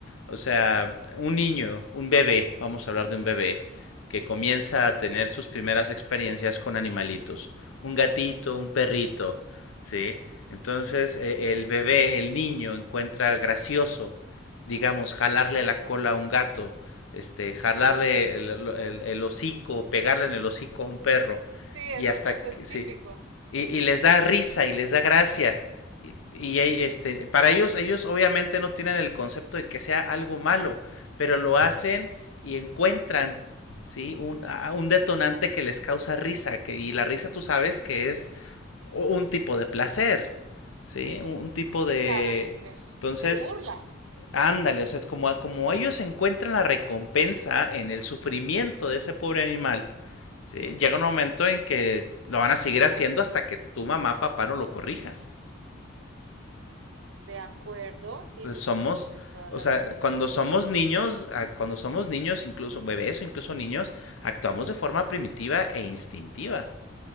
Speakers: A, on the left (about 80°); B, on the right (about 70°).
A: O sea, un niño, un bebé, vamos a hablar de un bebé, que comienza a tener sus primeras experiencias con animalitos, un gatito, un perrito, ¿sí? Entonces, e- el bebé, el niño, encuentra gracioso, digamos, jalarle la cola a un gato, este, jalarle el, el- el hocico, pegarle en el hocico a un perro,
B: Sí, eso,
A: y hasta,
B: eso es
A: sí,
B: típico.
A: y, y les da risa y les da gracia. Y, y este, para ellos, ellos obviamente no tienen el concepto de que sea algo malo, pero lo hacen y encuentran, ¿sí? Un, a- un detonante que les causa risa, que, y la risa tú sabes que es un tipo de placer, ¿sí? Un, un tipo de...
B: Sí, claramente.
A: Entonces,
B: De burla.
A: Ándale, o sea, es como, ah, como ellos encuentran la recompensa en el sufrimiento de ese pobre animal, ¿sí? Llega un momento en que lo van a seguir haciendo hasta que tu mamá, papá no lo corrijas.
B: De acuerdo. Sí,
A: Entonces
B: sí,
A: somos,
B: sí, sí, tienes toda
A: o
B: la
A: sea,
B: razón.
A: cuando somos niños, a- cuando somos niños, incluso bebés o incluso niños, actuamos de forma primitiva e instintiva,